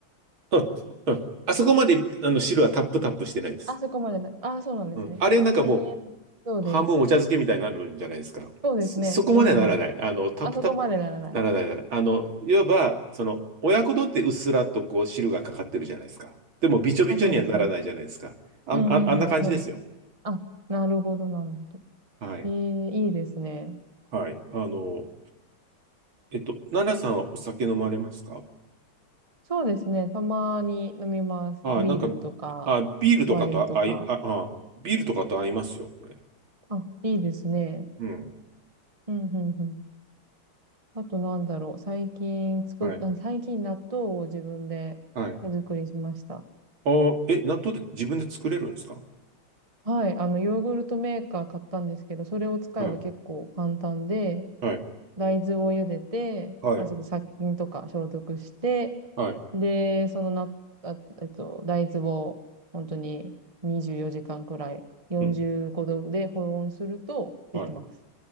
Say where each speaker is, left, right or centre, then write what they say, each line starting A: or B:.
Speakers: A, on the right; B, on the right.
A: うんうんあそこまであの汁はタップタップしてないです。
B: あ、そこまでない。あ、そうなんですね。
A: うん。あれなんかも
B: えー、そうです。
A: う半分お茶漬けみたいになるんじゃないですか。
B: そうですね。
A: そ、そこまではならない。
B: うんうん。
A: あの、タップタップ
B: あそこまでならない。
A: ならないならない。あの、いわば、その、親子丼ってうっすらとこう汁がかかってるじゃないですか。でもびちょびちょにはならないじゃないですか。
B: あ、そうですね。
A: あ、
B: うんうんうん。
A: あ、あんな感じですよ。
B: そうですね。あ、なるほど、なるほど。
A: はい。
B: えー、いいですね。
A: はい。あの、えっと、奈々さんはお酒飲まれますか
B: そうですね。たまに飲みます。
A: あ、
B: ビールとか、
A: なんか、あ、ビールとかとあ、
B: ワインとか。
A: あい、あ、あ、ビールとかと合いますよ、これ。
B: あ、いいですね。
A: うん。
B: うん、うん、うん。あとなんだろう。最近作った、
A: はい。
B: 最近納豆を自分で手作りしました。
A: はい。ああ、え、納豆って自分で作れるんですか
B: はい。あの、ヨーグルトメーカー買ったんですけど、それを使えば結構簡単で、
A: はい。はい。
B: 大豆を茹でて、
A: はい。
B: まあ、ちょっと殺菌とか消毒して、
A: はい。
B: で、そのな、あ、えっと、大豆を本当に24時間くらい45度で保温するとできます。
A: うん。はい。